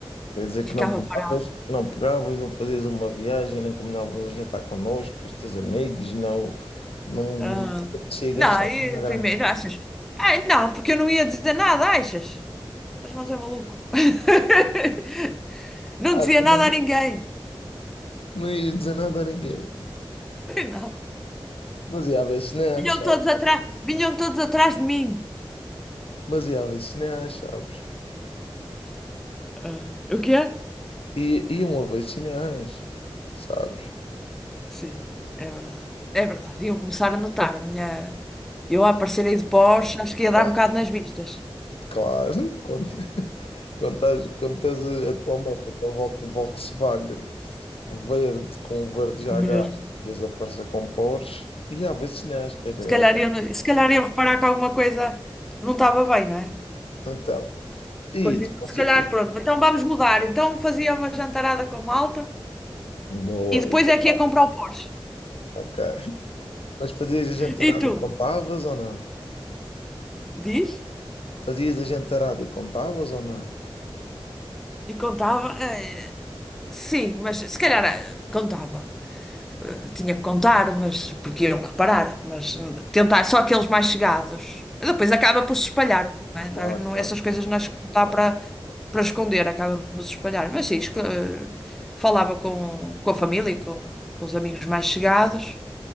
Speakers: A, on the left (about 80°); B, in the centre.
A: Quer dizer
B: ficava
A: que não pegavas,
B: parada.
A: não pegavas, não fazias uma viagem, nem combinavas um jantar connosco, com os teus amigos, não, não
B: Ah,
A: te apetecia
B: pá.
A: gastar
B: não, e
A: uma grana.
B: primeiro, achas? Ai, não, porque eu não ia dizer nada, achas? Mas, mas é maluco. <laughs> Não
A: Ah,
B: dizia
A: tu
B: nada
A: não,
B: a ninguém.
A: tu não ias dizer nada a ninguém.
B: <laughs> Não.
A: Mas ia haver sinais,
B: Vinham
A: sabes?
B: todos atrás, vinham todos atrás de mim.
A: Mas ia haver sinais, sabes?
B: Ah, o quê?
A: E iam haver sinais, sabes?
B: Sim, é verdade. É verdade. Iam começar a notar a minha. Eu a aparecer aí de Porsche, acho que ia dar
A: Epá,
B: um bocado nas vistas.
A: claro, <laughs> quando, quando estás, quando estás a, a tua meta com a Vol- Volkswagen verde, com o verde já
B: Mesmo.
A: gasto, e as aparecer com Porsche, e há vacinais, que era
B: Se calhar iam, se calhar iam reparar que alguma coisa não estava bem, não é?
A: Então, e
B: Pois
A: depois.
B: é. Se calhar,
A: E,
B: pronto. Então vamos mudar. Então fazia uma jantarada com a malta
A: boa,
B: e depois
A: e contava.
B: é que ia comprar o Porsche.
A: Ok. Mas fazias a gentarada
B: E tu?
A: e contavas ou não?
B: Diz?
A: Fazias a gentarada e contavas ou não?
B: E contava? eh, sim, mas se calhar eh, contava. Eu Tinha que contar, mas porque iam reparar, mas hum, tentar só aqueles mais chegados. E Depois acaba por se espalhar, não é?
A: Claro,
B: Não, não-
A: claro,
B: essas
A: claro,
B: coisas nós
A: claro.
B: não dá
A: claro,
B: para
A: claro.
B: para esconder, acaba por se espalhar. Mas sim, esco- eh, falava com, com a família e com, com os amigos mais chegados,